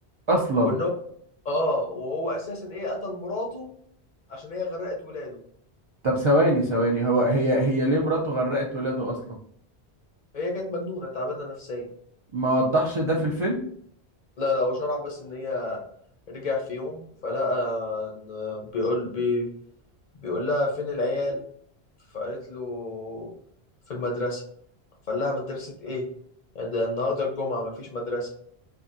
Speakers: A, on the right; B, on the left.
A: اصلا
B: وان هو اه وهو اساسا ايه قتل مراته عشان هي غرقت ولاده
A: طب ثواني ثواني هو هي هي ليه مراته غرقت ولاده اصلا
B: هي كانت مجنونة تعبانة نفسيا
A: ما وضحش ده في الفيلم
B: لا لا هو شرح بس إن هي رجع في يوم فلقى إن بيقول بي بيقول لها فين العيال فقالت له في المدرسة فقال لها مدرسة إيه يعني ده النهاردة الجمعة مفيش مدرسة